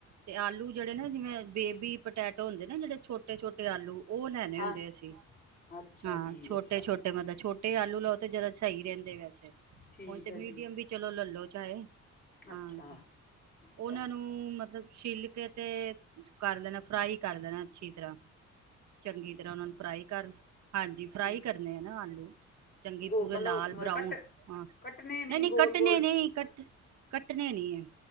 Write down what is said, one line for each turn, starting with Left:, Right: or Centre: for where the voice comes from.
Right: ਤੇ ਆਲੂ ਜਿਹੜੇ ਨਾ ਜਿਵੇਂ ਬੇਬੀ ਪਟੈਟੋ ਹੁੰਦੇ ਨਾ ਜਿਹੜੇ ਛੋਟੇ-ਛੋਟੇ ਆਲੂ ਉਹ ਲੈਣੇ
Left: ਹਾਂ
Right: ਹੁੰਦੇ ਅਸੀਂ
Left: ਅੱਛਾ
Right: ਹਾਂ
Left: ਜੀ
Right: ਛੋਟੇ
Left: ਅੱਛਾ
Right: -ਛੋਟੇ ਮਤਲਬ ਛੋਟੇ ਆਲੂ ਹੁ ਜ਼ਿਆਦਾ ਸਹੀ ਰਹਿੰਦੇ ਵੈਸੇ
Left: ਠੀਕ
Right: ਹੁਣ ਤੇ
Left: ਹੈ
Right: ਮੀਡੀਅਮ
Left: ਜੀ
Right: ਵੀ ਚਲੋ ਲਲੋ ਚਾਹੇ
Left: ਅੱਛਾ
Right: ਹਾਂਜੀ
Left: ਅੱਛਾ
Right: ਉਹਨਾਂ ਨੂੰ ਮਤਲਬ ਛਿੱਲ ਕੇ ਤੇ ਕਰ ਦੇਣਾ ਫਰਾਈ ਕਰ ਦੇਣਾ ਅੱਛੀ ਤਰ੍ਹਾਂ ਚੰਗੀ ਤਰ੍ਹਾਂ ਉਹ ਨੂੰ ਫਰਾਈ ਕਰ ਹਾਂਜੀ ਫਰਾਈ
Left: ਠੀਕ
Right: ਕਰਨੇ ਆ ਨਾ ਆਲੂ ਚੰਗੇ
Left: ਗੋ
Right: ਪੂਰੇ
Left: ਮਤਲਬ
Right: ਲਾਲ ਬਰਾਊਨ
Left: ਕੱਟ
Right: ਹਾਂ
Left: ਕੱਟਣੇ
Right: ਨਹੀਂ- ਨਹੀਂ
Left: ਗੋਲ
Right: ਕੱਟਣੇ
Left: ਗੋਲ 'ਚ
Right: ਨਹੀਂ- ਕਟਣੇ ਨੀ-